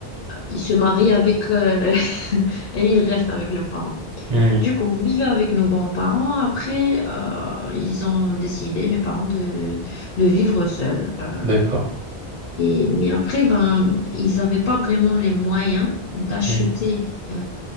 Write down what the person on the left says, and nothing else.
ils se marient avec euh, <laughs> et ils restent avec leurs parents.
Du coup, on vivait avec nos grands-parents. Après, euh, ils ont décidé, mes parents, de, de vivre seuls. euh,
et, mais après, ben, ils n'avaient pas vraiment les moyens d'acheter
euh,